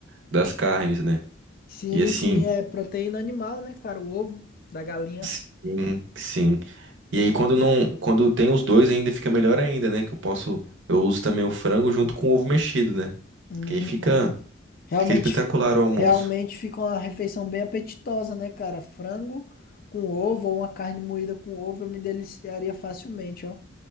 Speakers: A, on the right; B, on the left.
A: das carnes, né?
B: sim,
A: E assim,
B: sim, é proteína animal, né, cara? O ovo da galinha.
A: sim, sim. E aí quando não, quando tem os dois ainda fica melhor ainda, né? Que eu posso, eu uso também o frango junto com o ovo mexido, né?
B: Hum,
A: Que aí fica,
B: realmente,
A: fica espetacular
B: fi-
A: o almoço.
B: realmente fica uma refeição bem apetitosa, né, cara? Frango com ovo ou uma carne moída com ovo, eu me deliciaria facilmente, ó.